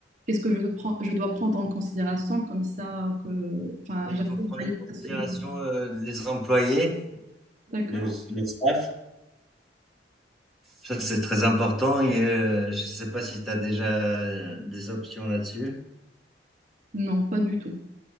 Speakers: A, on the right; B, in the centre.
A: Qu'est-ce que je dois, prendre- je dois prendre en considération comme ça que, enfin,
B: Mais
A: j'arrive
B: il faut prendre
A: à y
B: en considération
A: aller.
B: euh, les employés,
A: D'accord?
B: le, le staff. Ça, c'est très important et euh, je sais pas si tu as déjà euh, des options là-dessus.
A: Non, pas du tout.